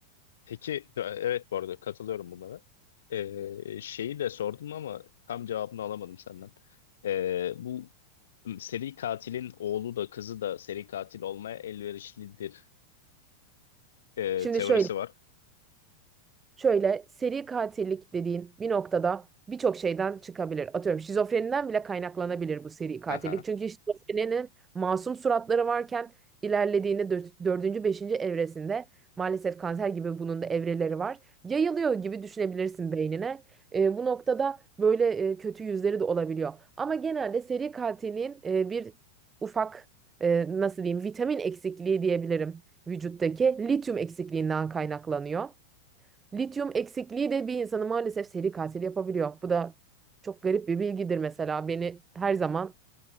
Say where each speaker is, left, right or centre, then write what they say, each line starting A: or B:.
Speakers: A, on the left; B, on the right.
A: Peki e, evet bu arada katılıyorum bunlara. E, şeyi de sordum ama tam cevabını alamadım senden. E, bu seri katilin oğlu da kızı da seri katil olmaya elverişlidir e,
B: Şimdi
A: teorisi
B: şöyle
A: var.
B: Şöyle seri katillik dediğin bir noktada birçok şeyden çıkabilir. Atıyorum şizofreniden bile kaynaklanabilir bu seri katillik.
A: Aha.
B: Çünkü şizofreninin masum suratları varken ilerlediğinde dör- dördüncü, beşinci evresinde maalesef kanser gibi bunun da evreleri var. Yayılıyor gibi düşünebilirsin beynine. E, bu noktada böyle e, kötü yüzleri de olabiliyor. Ama genelde seri katilliğin e, bir ufak e, nasıl diyeyim vitamin eksikliği diyebilirim vücuttaki lityum eksikliğinden kaynaklanıyor. Lityum eksikliği de bir insanı maalesef seri katil yapabiliyor. Bu da çok garip bir bilgidir mesela. Beni her zaman